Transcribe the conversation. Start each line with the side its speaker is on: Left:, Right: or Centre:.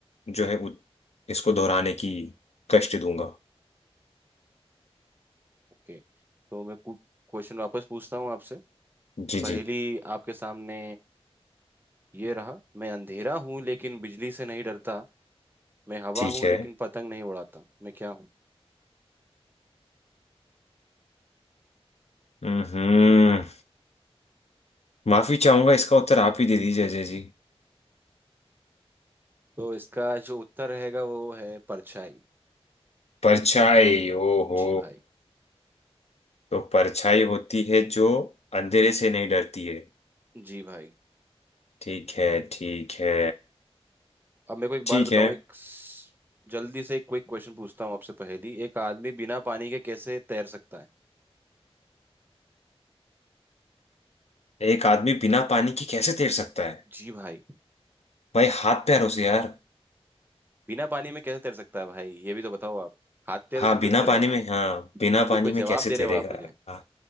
Left: जो है उत- इसको दोहराने की कष्ट दूंगा
Right: ओके तो मैं क्वेश्चन वापस पूछता हूँ आपसे तो
Left: जी जी
Right: पहली आपके सामने ये रहा मैं अंधेरा हूँ लेकिन बिजली से नहीं डरता मैं हवा
Left: ठीक
Right: हूँ
Left: है
Right: लेकिन पतंग नहीं उड़ाता मैं क्या हूँ
Left: हम्म माफ़ी चाहूंगा इसका उत्तर आप ही दे दीजिए अजय जी
Right: तो इसका जो उत्तर रहेगा वो है परछाई
Left: परछाई ओहो
Right: जी भाई
Left: तो परछाई होती है जो अंधेरे से नहीं डरती है
Right: जी भाई
Left: ठीक है ठीक है
Right: अब मेरे को एक बात
Left: ठीक
Right: बताओ
Left: है
Right: एक स- जल्दी से एक क्विक क्वेश्चन पूछता हूँ आपसे पहेली एक आदमी बिना पानी के कैसे तैर सकता है
Left: एक आदमी बिना पानी की कैसे तैर सकता है
Right: जी भाई
Left: भाई हाथ पैर उसे यार
Right: बिना पानी में कैसे तैर सकता है भाई ये भी तो बताओ आप हाथ तैरों
Left: हाँ
Right: से कैसे
Left: बिना
Right: तैरेगा
Left: पानी
Right: भाई
Left: में हाँ बिना पानी
Right: ये कोई
Left: में
Right: जवाब
Left: कैसे
Right: दे रहे
Left: तैरेगा
Right: हो आप मुझे
Left: हाँ